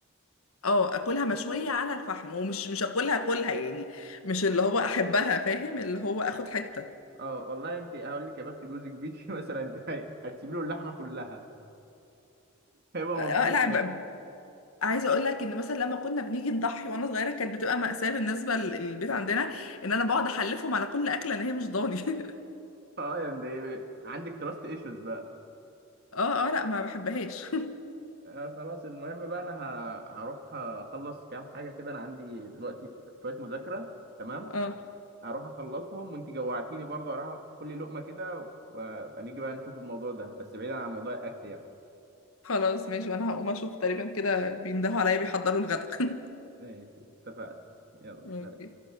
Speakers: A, on the left; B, on the right.
A: اه اكلها مشويه على الفحم ومش مش اكلها اكلها يعني مش اللي هو احبها فاهم اللي هو اخد حته
B: اه والله انت هقول لك يا بخت جوزك بيكي <laughs> مثلا انت هتسيبي له اللحمه كلها هيبقى
A: آه
B: مبسوط
A: آه، لا عايزه اقول لك ان مثلا لما كنا بنيجي نضحي وانا صغيره كانت بتبقى مأساة بالنسبه للبيت عندنا ان انا بقعد احلفهم على كل اكله ان هي مش ضاني <laughs>
B: اه يعني ده عندك تراست ايشوز بقى
A: اه اه لا ما بحبهاش <laughs>
B: آه خلاص المهم بقى انا ه- هروح اخلص كام حاجه كده انا عندي دلوقتي شويه مذاكره تمام
A: اه
B: هروح اخلصهم وانت جوعتيني برضه هروح كل لقمه كده وابقى نيجي بقى نشوف الموضوع ده بس بعيدا عن موضوع الاكل يعني
A: خلاص ماشي وانا هقوم اشوف تقريبا كده بيندهوا عليا بيحضروا الغدا <laughs>
B: ماشي، اتفقنا يلا
A: اوكي
B: سلام